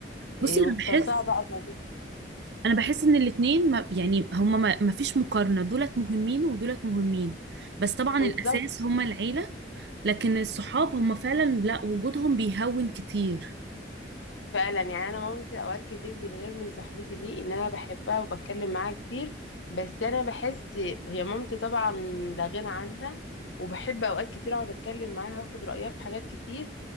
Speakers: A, on the left; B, on the right.
A: إيه
B: بصي انا
A: واخترتها
B: بحس
A: بقى بال-
B: انا بحس ان الاتنين ما يعني هما ما, ما فيش مقارنة دولت مهمين ودولت مهمين بس طبعا
A: بالظبط
B: الاساس هما العيلة لكن الصحاب هما فعلا لا وجودهم بيهون كتير
A: فعلا يعني انا مامتي اوقات كتير بتغير من صاحبتي دي ان انا بحبها وبتكلم معاها كتير بس انا بحس هي مامتي طبعا لا غنى عنها وبحب اوقات كتير اقعد اتكلم معاها واخد رايها في حاجات كتير